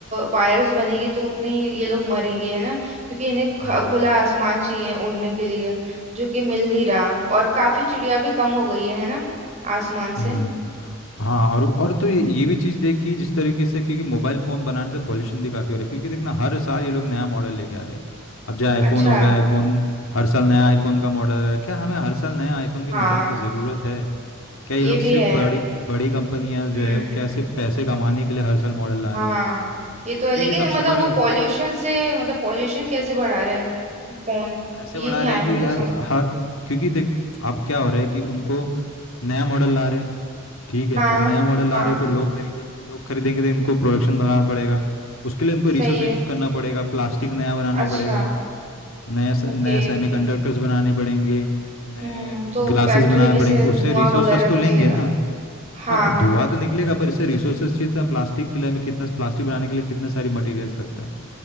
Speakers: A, on the right; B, on the left.
A: वायर्स बनेगी तो उतने ही ये लोग मरेंगे है ना क्योंकि इन्हें ख-
B: हम्म
A: खुला आसमान चाहिए उड़ने के लिए जो कि मिल नहीं रहा और काफी चिड़िया भी कम हो गई है है ना आसमान
B: हम्म।
A: से
B: हाँ और और तो ये ये भी चीज़ देखी जिस तरीके से क्योंकि मोबाइल फ़ोन बनाने से पॉल्यूशन भी काफ़ी हो रहा है क्योंकि देखना हर साल ये लोग नया मॉडल लेके आ रहे हैं अब चाहे आईफोन
A: अच्छा
B: हो गया आईफोन हर साल नया आईफोन का मॉडल आ रहा है क्या हमें हर साल नया आईफोन के
A: हाँ
B: मॉडल की ज़रूरत है क्या ये
A: ये
B: लोग
A: भी
B: सिर्फ
A: है
B: बड़ी बड़ी कंपनियां जो
A: हम्म
B: है वो क्या सिर्फ पैसे कमाने के लिए हर साल मॉडल ला
A: हाँ
B: रही है
A: ये तो है
B: तो
A: लेकिन
B: ये सबसे
A: मतलब
B: बड़ा
A: वो पॉल्यूशन से मतलब पॉल्यूशन कैसे बढ़ा रहा है फोन
B: ऐसे
A: ये
B: बढ़ा
A: नहीं
B: रहे
A: आया
B: हैं
A: मेरे
B: कि
A: को
B: यार
A: समझ
B: हर क्योंकि देख अब क्या हो रहा है कि उनको नया मॉडल ला रहे हैं ठीक है
A: हाँ
B: अब नया मॉडल ला
A: हाँ
B: रहे हैं तो लोग खरीदेंगे लोग खरीदेंगे तो इनको प्रोडक्शन बढ़ाना पड़ेगा उसके लिए इनको रिसोर्स
A: सही
B: यूज़
A: है
B: करना पड़ेगा प्लास्टिक नया बनाना
A: अच्छा
B: पड़ेगा नया से-
A: ओके
B: नया सेमीकंडक्टर्स बनाने पड़ेंगे नए
A: हम्म तो
B: ग्लासेस
A: फैक्ट्री
B: बनाने
A: में
B: पड़ेंगे
A: से
B: उससे
A: धुआं
B: रिसोर्सेस
A: वगैरह निकलेगा
B: तो लेंगे ना
A: हाँ
B: हाँ
A: हाँ
B: धुआं तो निकलेगा पर इससे रिसोर्सेस चाहिए था प्लास्टिक के लिए हमें कितना प्लास्टिक बनाने के लिए कितने सारे मटेरियल्स लगता है